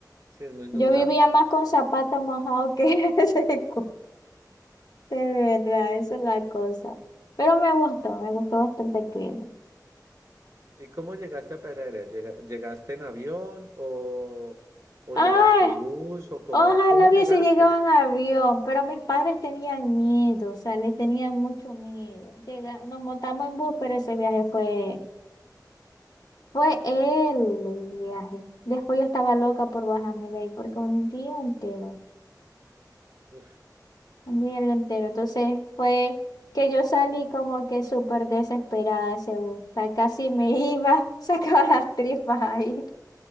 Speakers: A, on the right; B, on the left.
A: sí, es muy nublado.
B: Yo vivía más con zapatos mojados que <laughs> seco. De verdad, esa es la cosa. Pero me gustó, me gustó bastante el clima.
A: ¿Y cómo llegaste a Pereira? ¿Llega- ¿Llegaste en avión o, o
B: ¡Ay!
A: llegaste en bus o cómo,
B: Ojalá
A: cómo
B: hubiese
A: llegaste?
B: llegado en avión, pero mis padres tenían miedo, o sea, le tenían mucho miedo. Llega- nos montamos en bus, pero ese viaje fue, fue el viaje. Después yo estaba loca por bajarme de ahí, porque un día entero,
A: Uf,
B: un día entero. Entonces fue que yo salí como que súper desesperada de ese bus. O sea, casi me iba, <laughs> sacaba las tripas ahí.